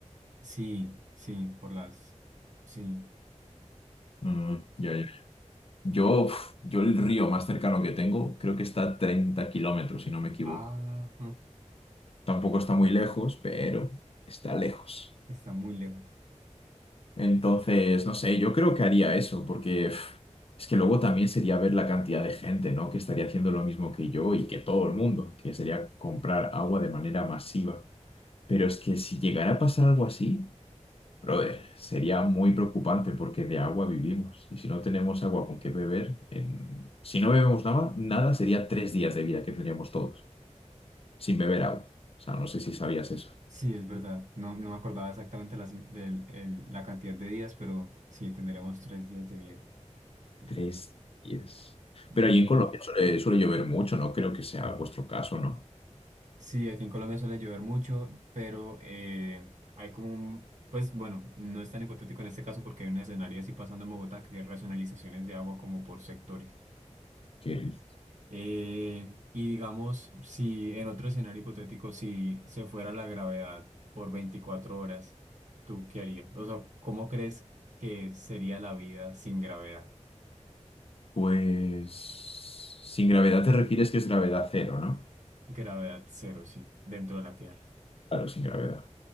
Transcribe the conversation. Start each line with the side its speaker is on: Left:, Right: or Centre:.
Right: Sí, sí, por las... Sí.
Left: Mm, ya, ya. Yo, uf, yo el río más cercano que tengo creo que está a 30 kilómetros, si no me equivoco.
Right: Ah, mm,
Left: Tampoco está muy lejos, pero está lejos.
Right: está muy lejos.
Left: Entonces, no sé, yo creo que haría eso, porque pf, es que luego también sería ver la cantidad de gente, ¿no? Que estaría haciendo lo mismo que yo y que todo el mundo, que sería comprar agua de manera masiva. Pero es que si llegara a pasar algo así, brother, sería muy preocupante porque de agua vivimos. Y si no tenemos agua con qué beber, en- si no bebemos nada, nada sería tres días de vida que tendríamos todos, sin beber agua. O sea, no sé si sabías eso.
Right: Sí, es verdad. No, no me acordaba exactamente la, ci- del- el- la cantidad de días, pero sí, tendremos tres días de vida. Y
Left: Tres días. Pero
Right: y-
Left: allí en Colombia suele, suele llover mucho, no creo que sea vuestro caso, ¿no?
Right: sí, aquí en Colombia suele llover mucho, pero eh, hay como un... Pues bueno, no es tan hipotético en este caso porque hay un escenario así pasando en Bogotá que hay racionalizaciones de agua como por sectores.
Left: Que,
Right: Eh, y digamos, si en otro escenario hipotético, si se fuera la gravedad por 24 horas, ¿tú qué harías? O sea, ¿cómo crees que sería la vida sin gravedad?
Left: pues, sin gravedad te refieres que es gravedad cero, ¿no?
Right: Gravedad cero, sí, dentro de la Tierra.
Left: Claro, sin gravedad.